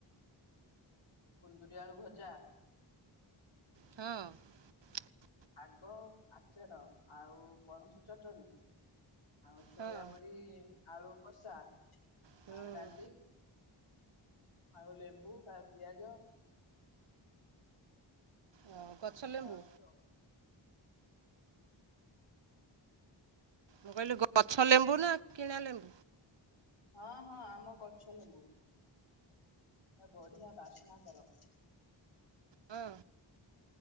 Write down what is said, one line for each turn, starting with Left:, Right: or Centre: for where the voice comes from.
Left: କୁନ୍ଦୁରି ଆଳୁ ଭଜା
Right: ହୁଁ ଉଁ
Left: ଆଗ ଆଚାର ଆଉ ପଣୁଷଚଟଣି ଆଉ ସୋୟା
Right: ହଁ
Left: ବଡି ଆଳୁ କଷା
Right: ହୁଁ
Left: ଆଉ ଡାଲି ଆଉ ଲେମ୍ବୁ ପିଆଜ
Right: ଆଉ ଗଛ
Left: ଯ
Right: ଲେମ୍ବୁ
Left: ଆଛ
Right: ମୁଁ କହିଲି ଗଛ
Left: ଆଉ
Right: ଲେମ୍ବୁ ନା କିଣା ଲେମ୍ବୁ
Left: ହଁ ହଁ ଆମ ଗଛ ଲେମ୍ବୁ ତା ବଢ଼ିଆ ବାସନା କର
Right: ହଁ